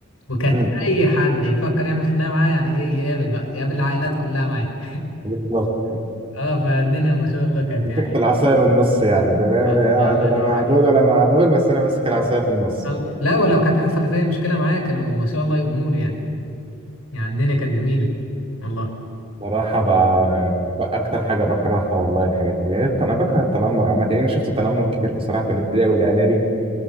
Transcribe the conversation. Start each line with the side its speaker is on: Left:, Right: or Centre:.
Left: وكانت
Right: مم.
Left: اي حد يفكر يعمل خناقه معايا يعني ايه يقابل بقى يقابل العائلات كلها معايا
Right: بالظبط
Left: <laughs> اه فالدنيا ما شاء الله كانت
Right: مسكت
Left: يعني
Right: العصايه من النص يعني ده بيعمل
Left: آه،
Right: إيه؟ آه،
Left: الله
Right: انا لا
Left: ينور
Right: مع
Left: عليك
Right: دول ولا مع دول بس انا ماسك العصايه في النص
Left: ال- لا ولو كانت حصلت اي مشكله معايا كانوا ما شاء الله يقوموا لي يعني يعني الدنيا كانت جميله والله
Right: صراحة بقى, بقى أكتر حاجة بكرهها والله الحاجات اللي أنا بكره التنمر عامة يعني شفت تنمر كتير بصراحة في الابتدائي والإعدادي